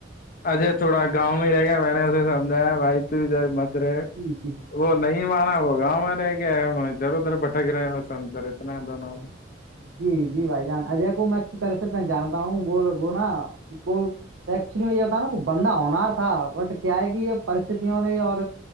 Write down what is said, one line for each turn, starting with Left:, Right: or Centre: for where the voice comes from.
Left: اجے تھوڑا گاؤں میں ہی رہ گیا میں نے اسے سمجھایا بھائی تو ادھر مت رہے
Right: جی جی
Left: وہ نہیں مانا وہ گاؤں میں رہے گ ہےدھر ادھر بٹک رہے ہیں وہ سم کرر اتنا ہے دونوں
Right: جی جی بھائی جان اجے کو میں اچھی طرح سے پہچانتا ہوں وہ وہنا وہ ایکچولی میں یہ بتا نا بندہ ہونار تھا بٹ کیا ہے کہ یہ پرستتوں نے اور